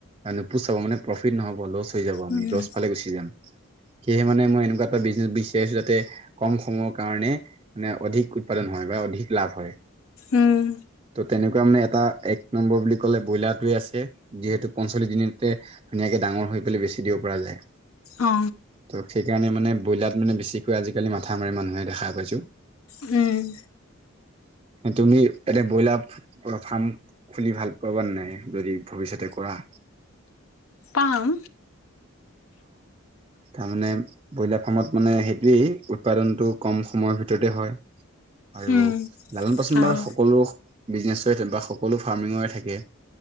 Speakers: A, on the right (about 25°); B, on the left (about 80°).
A: নপোচাব মানে প্ৰফিট নহ'ব লছ। যাব আমি
B: উম,
A: লছ ফালে গুচি যাম সেয়ে মানে মই এনেকুৱা। এটা বিজনেছ বিচাৰিছো যাতে কম সময়ৰ কাৰণে মানে অধিক উৎপাদন হয় বা অধিক লাভ হয়।
B: উম।
A: ত' তেনেকুৱা মানে এটা এক নম্বৰ বুলি ক'লে ব্ৰইলাৰটোৱে আছে যিহেতু পঞ্চল্লিশ দিনতে ধুনীয়াকে ডাঙৰ। হৈ গলে বেছি দিব পৰা যায়।
B: অ।
A: ত' সেইকাৰণে মানে বইলাৰ মানে বেছিকৈ আজিকালি মাথা মানুহে দেখা পাইছো।
B: উম।
A: তুমি এনে ব্ৰইলাৰ ফাৰ্ম। খুলি ভাল পাবা নে নাই যদি ভৱিষ্যতে কৰা।
B: পাম।
A: তাৰমানানে ব্ৰইলাৰ ফাৰ্মত মানে সেইটোৱেই উৎপাদনটো কম সময়ৰ ভিতৰতে হয়। আৰু
B: উম,
A: লালন পাচন
B: আৰু
A: বাৰু সকলো বিজনেচৰে থাকে বা সকলো ফাৰ্মিঙৰে থাকে।